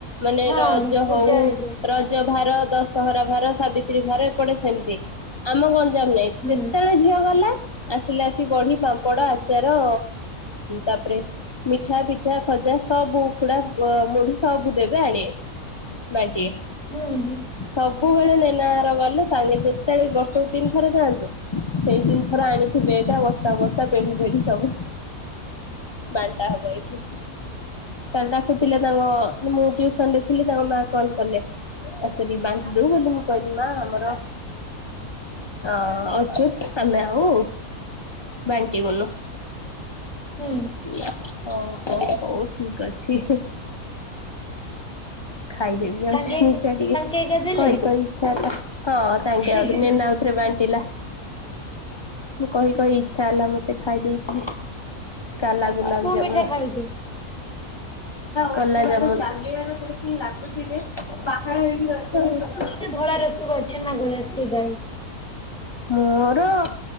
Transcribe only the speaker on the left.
ମାନେ
ରଜ
ହୋଉ
ରଜ ଭାର ଦଶ ଦଶହରା ଭାର ସାବିତ୍ରୀ ଭାର ଏପଟେ ସେମିତି ଆମ ଗଞ୍ଜାମ ନାଇଁ
ଯେତେବେଳେ ଝିଅ ଗଲା ଆସିଲା ଆସିିକି ବଢି, ପାମ୍ପଡ, ଆଚାର, ତାପରେ ମିଠା, ପିଠା, ଖଜା ସବୁ ଉଖୁଡା ମୁଢି ସବୁ ଦେବେ ଆଣିବେ। ବାଣ୍ଟିବେ।
ସବୁବେଳେ ନେନାହର ଗଲେ ସାଙ୍ଗେ ଯେତେବେଳେ ବି ବର୍ଷକୁ ତିନି ଥର ଯାଆନ୍ତୁ। ସେଇତିନି ଥର ଆଣିଥିବେ ଏଟା ବସ୍ତା ବସ୍ତା ପେଢି ପେଢି ସବୁ। ବାଣ୍ଟା ହବ ଏଇଠି। କାଲି ଡାକୁଥିଲେ ତାଙ୍କ ମୁଁ ଟିଉସନରେ ଥିଲି ତାଙ୍କ ମା କଲ କଲେ। ଆସ ଟିକେ ବାଣ୍ଟି ଦୋବୁ ବୋଲି ମୁଁ କହିଲି ମା ଆମର ଅଁ ଅଚୁତ୍ ଆମେ ଆଉ ବାଣ୍ଟିବୁନୁ।
ନାଁ ହୋଉ ହଉ ଠିକ୍ ଅଛି। ଖାଇଦେବି ଯାଉଛି
ମିଠା ଟିକେ
କହି କହି ଇଛା ହେଲା। ହଁ ତାଙ୍କେ
ଆଉ
ନେନା ବାଣ୍ଟିିଲା। ମୁଁ କହି କହି ଇଛା ହେଲା ମତେ ଖାଇ ଦେଇଥିବି କାଲା ଗୁଲାମ
ଯାମୁନୁ
କଲା ଯାମୁନୁ। କିନ୍ତି ଲାଗୁଛି ଯେ ପାହାଡ ହେଇକି ରହିଛି
ମୋର